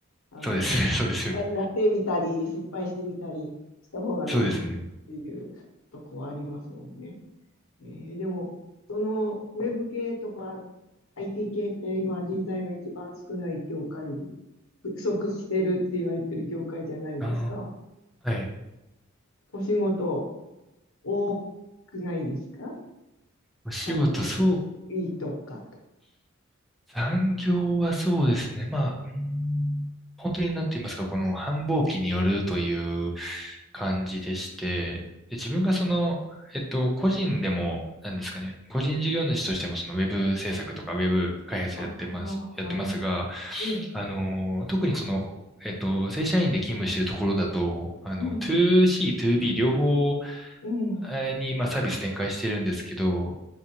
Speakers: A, on the left; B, in the centre.
A: あの、
B: そうですね、
A: 実際にやってみたり、
B: <laughs> そうですよね。
A: 失敗してみたりした方が身につくっていうとこはありますもんね。
B: そうですね。
A: えーでも、その、ウェブ系とか IT 系って今人材が一番少ない業界、不足してるって言われてる業界じゃないですか。
B: あー、はい。
A: お仕事多くないですか
B: お仕事、
A: 才能
B: そう、
A: いいとか。
B: 残業はそうですね。まあ、うーん本当になんて言いますか、この繁忙期によるという感じでして、で、自分がその、えっと、個人でも、なんですかね、個人事業主としてもそのウェブ制作とかウェブ開発やってます、
A: ああ、
B: やってますが、
A: なるほど。ええ。
B: あの、特にその、えっと、正社員で勤務しているところだと、あの、
A: うん、
B: 2C、2B 両方
A: うん、うん、
B: えーに、まあ、サービス展開してるんですけど、